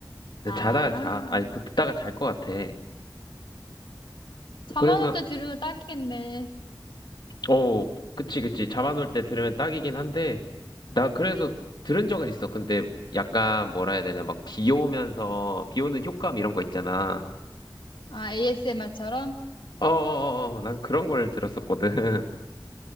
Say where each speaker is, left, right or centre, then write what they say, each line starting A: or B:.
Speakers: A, on the left; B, on the left.
A: 아,
B: 자다가 자, 아니 듣다가 잘 것 같아.
A: 잠
B: 그래서
A: 안 올 때 들으면 딱이겠네.
B: 어, 그치 그치. 잠안올 때 들으면 딱이긴 한데 나 그래서 들은 적은 있어. 근데 약간 뭐라 해야 되냐 막 비 오면서 비 오는 효과음 이런 거 있잖아.
A: 아, ASMR처럼?
B: 어어어, 난 그런 걸 들었었거든. <laughs>